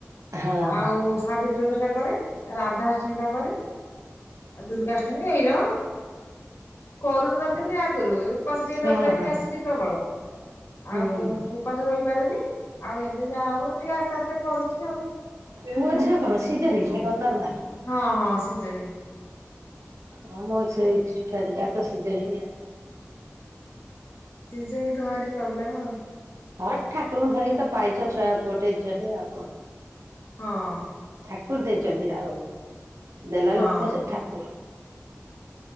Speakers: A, on the right; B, on the left.
A: ହଁ।
B: ଆଉ ସାବିତ୍ରୀ ବ୍ରତ ଟା କରେ, ରାଧାଷ୍ଟମୀ ଟା କରେ। ଆଉ ଦୁର୍ଗାଷ୍ଟମୀ ଏଇରା କରୁନଥିନି ଆଗରୁ ଏ ଉପାସ ଟିକେ
A: ହଁ
B: ରହିପାରେନି
A: ହଁ
B: ଆସିିକି ପ୍ରବଳ
A: ହୁଁ
B: ଆଉ ଉପାସ ରହିପାରେନି ଆଉ ଏବେ ଯା ହୋଉ ଟିକେ ଆସ୍ତେ ଆସ୍ତେ କରୁଚି ଆଉ।
A: ପୁଅ ଝିଅ କଣ ସିଜେରିଙ୍ଗି ନା କଣ ନର୍ମାଲ?
B: ହଁ ହଁ ସିଜେରିଙ୍ଗି।
A: ହଁ ମୋ ସେଇ ଛୁଆ ଦିଟାତ ସିଜେରିଙ୍ଗ ଆଉ।
B: ସିଜେନି ତ ଭାରି ପ୍ରୋବ୍ଲେମ୍ ଆଉ।
A: ହଁ ଠାକୁରଙ୍କୁ ଧରିକି ତ ପାଇଛ ଛୁ ପୁଅଟେ ଝିଅଟେ ଆଉ କ
B: ହଁ।
A: ଠାକୁର ଦେଇଛନ୍ତି ଆଉ ଦେଲା
B: ହଁ
A: ଲୋକ ସେ ଠାକୁର୍।